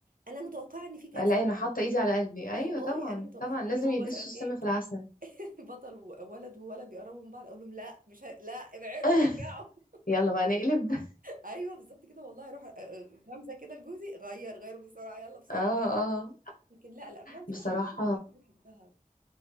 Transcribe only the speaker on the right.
انا متوقعه ان في كارثه
والله
انا متو...
اللي هو
مثلا
ايه
<laughs> بطل وولد وولد بيقربوا من بعض اقول لهم لا مش ه... لا ابعدوا
ارجعوا <laughs>
ايوه بالظبط كده والله اروح أ- أ- غمزه كده لجوزي غير غير بسرعه يلا بسرعه
لكن لا الافلام في
افلام كتير بصراحه انا بحبها